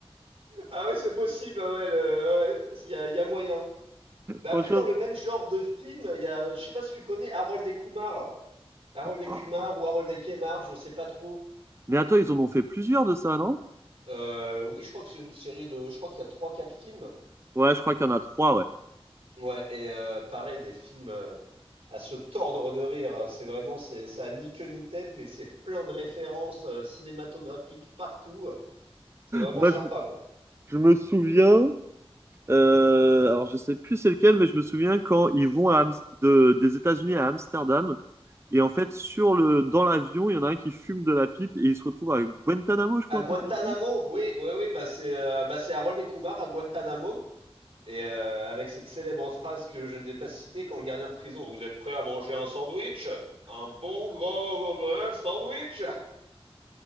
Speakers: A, on the right; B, on the right.
A: <laughs> Ah oui, c'est possible. Ouais, le, ouais, il y a, il y a moyen. Bah
B: Franchement.
A: après, dans le même genre de film, il y a, je sais pas si tu connais Harold et Kumar. Harold et
B: oh.
A: Kumar ou Harold et Kemar, je sais pas trop.
B: Mais attends, ils en ont fait plusieurs de ça, non?
A: Euh, oui, je crois que c'est une série de, je crois qu'il y a trois, quatre films.
B: Ouais, je crois qu'il y en a trois, ouais.
A: Ouais, et euh, pareil, des films euh, à se tordre de rire. C'est vraiment, c'est, ça a ni queue ni tête, mais c'est plein de références euh, cinématographiques partout. C'est vraiment
B: Moi,
A: sympa,
B: je, me-
A: quoi.
B: je me souviens Euh, alors je sais plus c'est lequel, mais je me souviens quand ils vont à Am- de- des États-Unis à Amsterdam et en fait sur le dans l'avion il y en a un qui fume de la pipe et il se retrouve à Guantanamo, je
A: À
B: crois
A: Guantanamo,
B: un truc comme ça.
A: oui, oui, oui, bah c'est, euh, bah c'est Harold et Kumar à Guantanamo. Et euh, avec cette célèbre phrase que je ne vais pas citer quand le gardien de prison, vous êtes prêt à manger un sandwich? Un bon gros euh, sandwich?